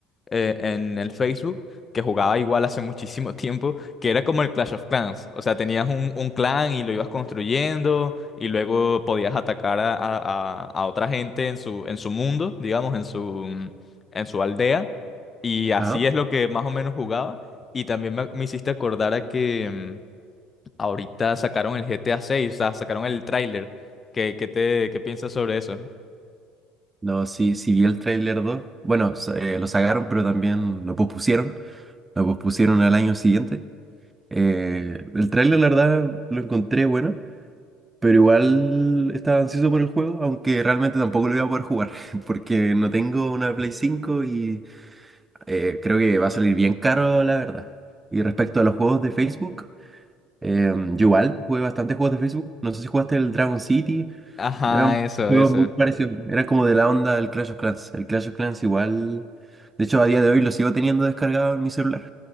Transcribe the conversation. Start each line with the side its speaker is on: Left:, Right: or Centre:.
Left: eh, en el Facebook que jugaba igual hace <laughs> muchísimo tiempo, que era como el Clash of Clans. O sea, tenías un, un clan y lo ibas construyendo y luego podías atacar a, a- a- a otra gente en su, en su mundo, digamos, en su, mm, en su aldea. Y así
Right: Ajá.
Left: es lo que más o menos jugaba. Y también me, me hiciste acordar a que mm, ahorita sacaron el GTA 6, o sea, sacaron el tráiler. ¿Qué, qué te, qué piensas sobre eso?
Right: No, sí, sí vi el tráiler dos Bueno, s- eh, lo sacaron, pero también lo pospusieron. Lo pospusieron al año siguiente. Eh, el tráiler, la verdad, lo encontré bueno, pero igual estaba ansioso por el juego, aunque realmente tampoco lo iba a poder jugar, <laughs> porque no tengo una Play cinco y eh, creo que va a salir bien caro, la verdad. Y respecto a los juegos de Facebook, eh, yo igual jugué bastantes juegos de Facebook. No sé si jugaste el Dragon City,
Left: Ajá,
Right: eran
Left: eso,
Right: juegos
Left: eso.
Right: muy parecidos, eran como de la onda del Clash of Clans. El Clash of Clans igual, de hecho, a día de hoy lo sigo teniendo descargado en mi celular.